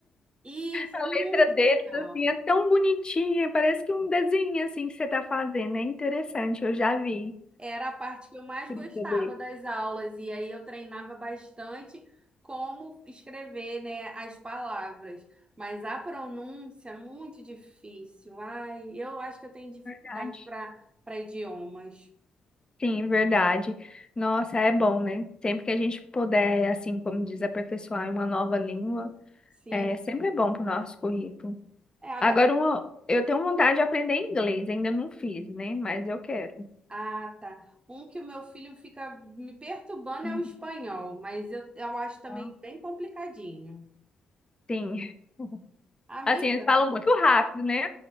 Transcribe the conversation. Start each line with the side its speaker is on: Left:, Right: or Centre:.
Right: Isso
Left: A
Right: é muito
Left: letra deles,
Right: legal.
Left: assim, é tão bonitinha. Parece que um desenho, assim, que você tá fazendo. É interessante, eu já vi.
Right: Era a parte que eu mais
Left: Escrita
Right: gostava
Left: dele.
Right: das aulas, e aí eu treinava bastante como escrever, né, as palavras. Mas a pronúncia é muito difícil. Ai, eu acho que eu tenho dificuldade
Left: Verdade.
Right: para para idiomas.
Left: Sim, verdade. Nossa, é bom, né? Sempre que a gente puder, assim, como diz, aperfeiçoar em uma nova língua,
Right: Sim.
Left: é sempre é bom pro nosso currículo.
Right: É, agora
Left: Agora, uma, eu tenho vontade de aprender inglês. Ainda não fiz, né? Mas eu quero.
Right: Ah, tá. Um que o meu filho fica me perturbando
Left: Uhum.
Right: é o espanhol, mas eu, eu acho também
Left: Então,
Right: bem complicadinho.
Left: Sim. <laughs>
Right: Amiga,
Left: Assim, eles falam muito rápido, né?